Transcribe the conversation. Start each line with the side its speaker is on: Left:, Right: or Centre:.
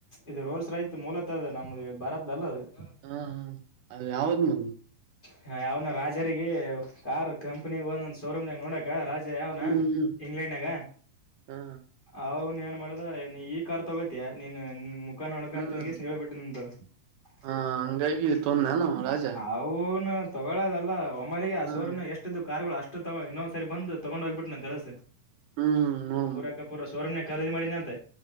Left: ಇದು ರೋಲ್ಸ್ ರೈತ ಮೂಲತ ಅದ ನಮಗ ಭಾರತದ ಅಲ್ಲ ಅದ <unintelligible>
Right: ಹಾ ಹಾ ಅದ ಯಾವ್ದ್ ಮತ್
Left: ಹ್ಯಾ ಯಾವನ ರಾಜರಿಗೆ ಕಾರ್ ಕಂಪನಿ ಒಂದೊಂದ್ ಶೋರೂಮ್ ನ್ಯಾಗ ನೋಡಕ ರಾಜ <unintelligible> ಏ ಯಾವಾವನ
Right: ಹ್ಮ್ ಹ್ಮ್
Left: ಇಂಗ್ಲೆಂಡ್ಆಗ
Right: ಹ್ಮ್ ಹಾ
Left: ಅವನು ಏನ್ ಮಾಡದ <unintelligible> ನೀ ಈ ಕಾರ್ ತೊಗೋತಿಯಾ ನೀನ್ ನಿಮು <unintelligible> ಮುಖ ನೋಡಕ
Right: ಹ್ಮ್
Left: ಅಂತ ಹೋಗಿಸ್ ಹೇಳ್ಬಿಟ್ಟು ನಿಂತವ <unintelligible>
Right: ಹ ಹಂಗಾಗಿ ತೊಂದಾನು ರಾಜ
Left: ಅವುನು ತಗೊಳ್ಳದಲ್ಲ ಒಮ್ಮಿರಿಗೆ ಆ
Right: ಹ
Left: ಶೋರೂಮ್ ಎಷ್ಟ ದು <unintelligible> ಕಾರ್ಗಳು ಅಷ್ಟು ತೊಗೊ ಇನ್ನೊಂದ್ಸರಿ ಬಂದು ತೊಗೊಂಡ್ ಹೋಗ್ಬಿಟ್ಟು ನನ್ನ ತೆರಸ
Right: ಹ್ಮ್ ನೋಡ್
Left: ಪೂರಕ
Right: ಮದ್
Left: ಪೂರ ಶೋರೂಮ್ <unintelligible> ಖರೀದಿ ಮಾಡಿದನ ಅಂತ